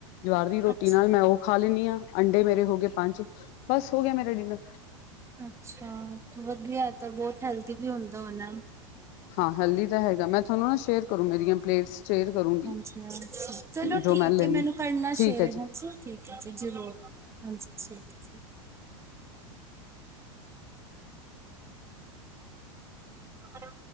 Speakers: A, on the left (about 50°); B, on the right (about 15°).
A: ਜਵਰ ਦੀ ਰੋਟੀ
B: ਅੱਛਾ।
A: ਨਾਲ ਮੈਂ ਉਹ ਖਾ ਲੈਂਦੀ ਹਾਂ ਅੰਡੇ ਮੇਰੇ ਹੋ ਗਏ ਪੰਜ ਬਸ ਹੋ ਗਿਆ ਮੇਰਾ ਡਿਨਰ
B: ਅੱਛਾ ਵਧੀਆ ਤਾਂ ਬਹੁਤ ਹੈਲਦੀ ਵੀ ਹੁੰਦਾ ਉਹਨਾਂ
A: ਹਾਂ ਹਲਦੀ ਤਾਂ ਹੈਗਾ ਮੈਂ ਤੁਹਾਨੂੰ ਨਾ ਸ਼ੇਅਰ ਕਰੋ ਮੇਰੀਆਂ ਪਲੇਟਸ ਸ਼ੇਅਰ ਕਰੂੰਗੀ
B: ਹਾਂਜੀ ਹਾਂ ਚਲੋ
A: ਜੋ
B: ਠੀਕ
A: ਮੈਂ ਲੈਂਦੀ
B: ਮੈਨੂੰ ਕਰਨਾ
A: ਠੀਕ
B: ਸ਼ੇਰ
A: ਹੈ ਜੀ
B: ਹਾਂਜੀ ਠੀਕ ਹੈ ਜੀ ਜ਼ਰੂਰ ਹਾਂਜੀ ਠੀਕ ਜ ਹ